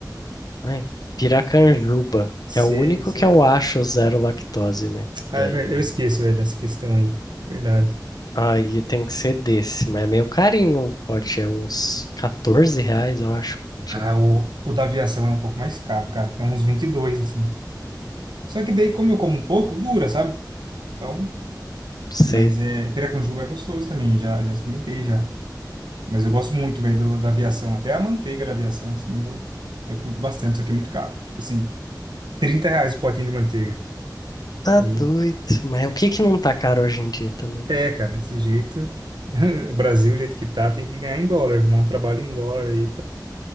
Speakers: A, on the left; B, on the right.
A: ai, Piracanjuba,
B: Sei,
A: que é o único
B: sei.
A: que eu acho zero lactose, né?
B: Ah,
A: Daí
B: é verdade. Eu esqueço, velho, essa questão aí. Verdade.
A: aí tem que ser desse, mas é meio carinho o pote, é uns 14 reais, eu acho, o potinho.
B: Ah, o, o da aviação é um pouco mais caro, cara. É uns 22 assim. Só que daí, como eu como um pouco, dura, sabe? Então,
A: Sei.
B: mas é... Piracanjuba é gostoso também, já, já experimentei, já. Mas eu gosto muito, velho, do- da aviação. Até a manteiga da aviação, assim, eu, eu curto bastante, só que é muito caro. Tipo assim, 30 reais o potinho de manteiga.
A: Tá
B: Aí,
A: doido. Mas o que que não tá caro hoje em dia também?
B: é, cara, desse jeito. <laughs> O Brasil, o jeito que tá, tem que ganhar em dólar, arrumar um trabalho em dólar aí